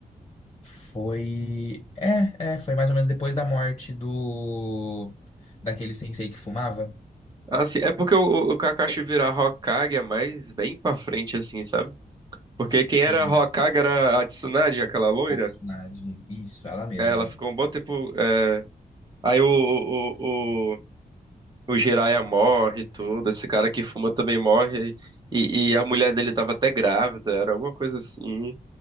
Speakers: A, on the left; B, on the right.
A: Foi. É, é, foi mais ou menos depois da morte do. Daquele sensei que fumava.
B: Assim, é porque o, o o Kakashi virar Hokage é mais bem pra frente, assim, sabe? Porque quem
A: Sim,
B: era Hokage era a Tsunade, aquela loira.
A: a Tsunade. Isso, ela mesma.
B: É, ela ficou um bom tempo. é, Aí o, o, o, o Jiraiya morre e tudo. Esse cara que fuma também morre. E, e a mulher dele tava até grávida, era alguma coisa assim.